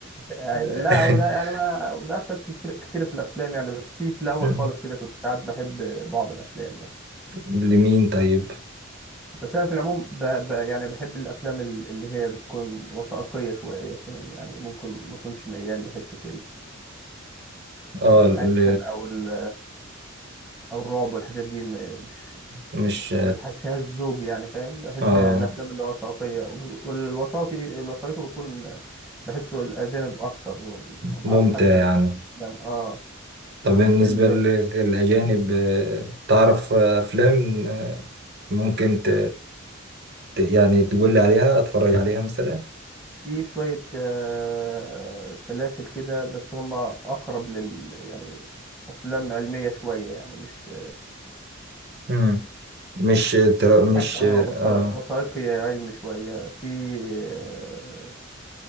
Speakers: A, in the centre; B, on the right.
A: أيوة.
B: <laughs>
A: لا هو ده يعني ما بضيعش وقت كتير كتير في الافلام يعني بس في في الاول
B: مم.
A: خالص كده كنت ساعات بحب بعض الافلام يعني
B: لمين طيب
A: بس انا في العموم ب... ب... يعني بحب الافلام ال- اللي هي بتكون وثائقيه شويه فاهم يعني ممكن ما اكونش ميال لحته
B: اه
A: الاكشن
B: ل...
A: او ال او الرعب والحاجات دي م- مش
B: مش
A: ما بحسهاش زوج يعني فاهم بحس
B: اه
A: الافلام اللي هو وثائقيه وب- والوثائقي الوثائقي بيكون بحسه الاجانب اكتر ما
B: ممتع
A: اعرفش حتى
B: يعني
A: افلام اه
B: طب بالنسبة
A: ال...
B: لل- للأجانب
A: <clears throat>
B: آه، تعرف آه، أفلام آه، ممكن ت... ت- يعني تقول لي عليها أتفرج عليها مثلا
A: في شويه آه، سلاسل كده بس هم اقرب لل يعني افلام علميه شويه يعني مش
B: مم. مش ترا...
A: بتحكي
B: مش
A: اه
B: آه
A: وثائقي علمي شويه في آه،